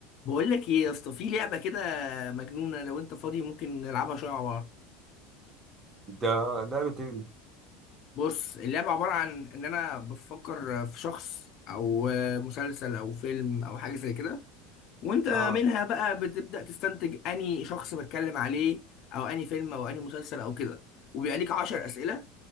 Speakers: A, on the left; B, on the right.
A: بقول لك ايه يا اسطى في لعبه كده مجنونه لو انت فاضي ممكن نلعبها شويه مع بعض
B: ده لعبة ايه دي؟
A: بص اللعبه عباره عن ان انا بفكر في شخص او مسلسل او فيلم او حاجه زي كده وانت
B: اه
A: منها بقى بتبدا تستنتج اني شخص بتكلم عليه او اني فيلم او اني مسلسل او كده وبيبقى ليك 10 اسئله